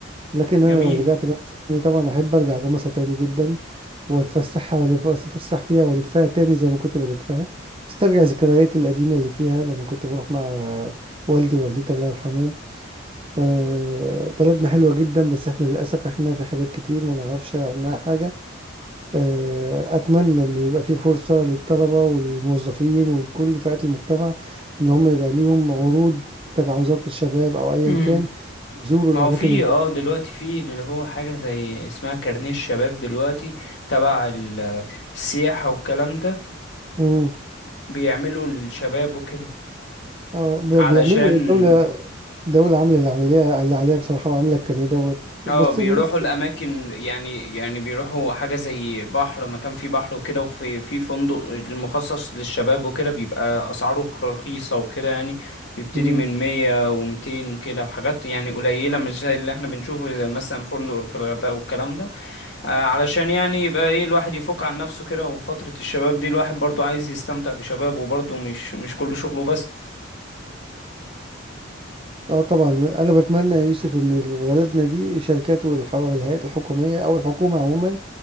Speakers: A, on the right; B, on the left.
A: لكن
B: جميل
A: انا لو رجعت جمصة تاني طبعا احب ارجع جمصة تاني جدا واتفسحها والف اتفسح فيها والفها تاني زي ما كنت بلفها استرجع ذكرياتي القديمه اللي فيها لما كنت بروح مع والدي ووالدتي الله يرحمهم آه، بلدنا حلوة جدا بس احنا للأسف احنا في حاجات كتير ما نعرفش عنها حاجة آه، أتمنى إن يبقى في فرصة للطلبة والموظفين ولكل فئات المجتمع إن هم يبقى ليهم عروض تبع وزارة الشباب أو أيا
B: امم
A: كان يزوروا
B: ما
A: الأماكن
B: هو في
A: ال...
B: اه دلوقتي في اللي هو حاجة زي اسمها كارنيه الشباب دلوقتي تبع ال- السياحة والكلام ده
A: مم.
B: بيعملوا الشباب وكده
A: آه، ب-
B: علشان
A: بيعملوا الدولة دولة عاملة اللي عمليها اللي عليها بصراحة وعاملة كان دوت بس
B: اه بيروحوا
A: الناس
B: الاماكن يعني يعني بيروحوا حاجه زي بحر مكان فيه بحر وكده وفي في فندق مخصص للشباب وكده بيبقى اسعاره رخيصه وكده يعني بيبتدي
A: مم.
B: من مية ومتين كده وحاجات يعني قليله مش زي اللي احنا بنشوفه زي مثلا فندق في الغردقه والكلام ده آه علشان يعني يبقى ايه الواحد يفك عن نفسه كده وفتره الشباب دي الواحد برضو عايز يستمتع بشبابه برضو مش مش كل شغله بس
A: اه طبعا انا بتمنى يا يوسف ان بلدنا دي شركات والهيئات الحكوميه او الحكومه عموما